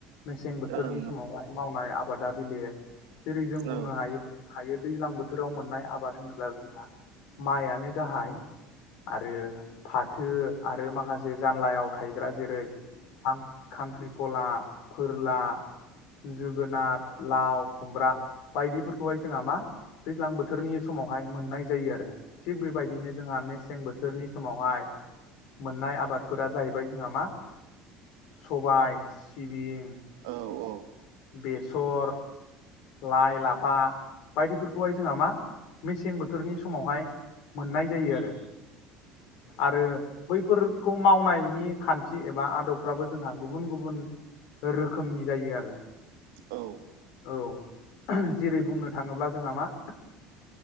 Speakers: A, on the left; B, on the right.
A: मेसें बोथोरनि
B: ओं औ
A: समावहाय मावनाय आबादा बेलेग जेरै जों
B: औ
A: बुंनो हायो हायो दैज्लां बोथोराव मोननाय आबाद होनोब्ला जोंहा माइआानो गाहाय आरो फाथो आरो माखासे जानलायाव थायग्रा जेरै ां खांख्रिखला फोरला जोगोनार लाव खुमब्रा बायदिफोरखौहाय जोंहा मा दैज्लां बोथोरनि समावहाय मोननाय जायो आरो थिग बेबायदिनो जोंहा मेसें बोथोरनि समावहाय मोननाय आबादफोरा जाहैबाय जोंहा मा सबाय सिबिं
B: औ औ
A: बेसर लाइ लाफा बायदिफोरखौहाय जोंहा मा मेसें बोथोरनि समावहाय मोननाय जायो आरो आरो बैफोरखौ मावनायनि खान्थि एबा बा आदबफ्राबो जोंहा गुबुन गुबुन रोखोमनि जायो आरो
B: औ
A: औ जेरै बुंनो थाङोब्ला जोंहा मा